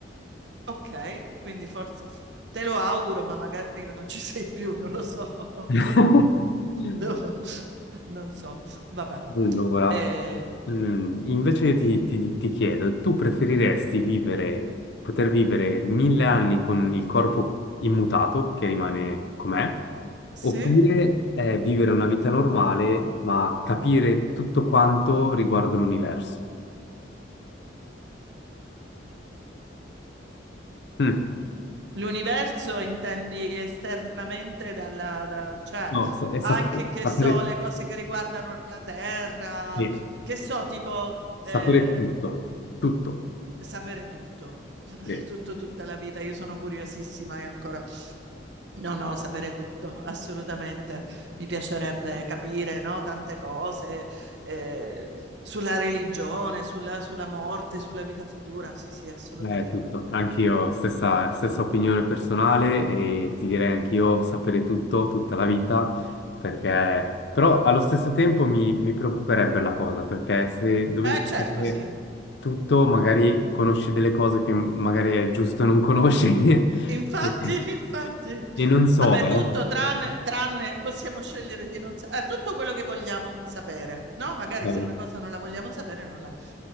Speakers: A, on the right; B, on the left.
A: Ok, quindi forse te lo auguro, ma magari non ci sei più, non lo so. <laughs>
B: <laughs>
A: No, non so, vabbè.
B: Allora,
A: Eh,
B: Mm, invece ti, ti- ti chiedo, tu preferiresti vivere, poter vivere mille anni con il corpo immutato, che rimane com'è,
A: sì?
B: oppure eh, vivere una vita normale ma capire tutto quanto riguardo l'universo? Mm,
A: L'universo intendi esternamente dalla, da- cioè
B: no, sa- e
A: anche
B: sapere,
A: che
B: sapere-
A: so, le cose che riguardano la Terra,
B: sì,
A: che so, tipo
B: sapere
A: eh,
B: tutto, tutto.
A: sapere tutto, sapere
B: Sì.
A: tutto tutta la vita. Io sono curiosissima, io ancora. No, no, sapere tutto, assolutamente. Mi piacerebbe capire, no, tante cose eh, sulla religione, sulla, sulla morte, sulla vita futura. Sì, sì, assolutamente.
B: È tutto, anch'io stessa, stessa opinione personale e ti direi anch'io sapere tutto, tutta la vita, perché però allo stesso tempo mi, mi preoccuperebbe la cosa, perché se dovessi
A: Eh, certo,
B: sapere
A: sì.
B: tutto, magari conosci delle cose che magari è giusto non conoscere
A: Infatti,
B: <laughs> e,
A: <laughs> infatti,
B: e non so,
A: vabbè, tutto
B: eh.
A: tranne, tranne possiamo scegliere di non sapere, tutto quello che vogliamo sapere, no? Magari
B: Ok.
A: se una cosa non la vogliamo sapere, non la...